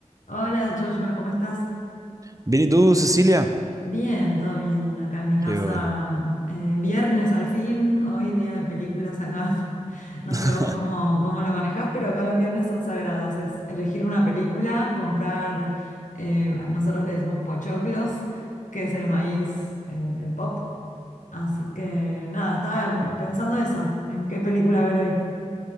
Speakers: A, on the left; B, on the right.
A: Hola Joshua, ¿cómo estás?
B: Bien, ¿y tú, Cecilia?
A: Bien, todo bien. Acá en mi casa,
B: Qué bueno.
A: eh, viernes al fin, hoy día de películas acá. <laughs> No
B: <laughs>
A: sé vos cómo, cómo lo manejás, pero acá los viernes son sagrados. Es elegir una película, comprar, eh, nosotros le decimos pochoclos, que es el maíz, eh, el pop. Así que nada, estaba pensando eso, en qué película ver hoy.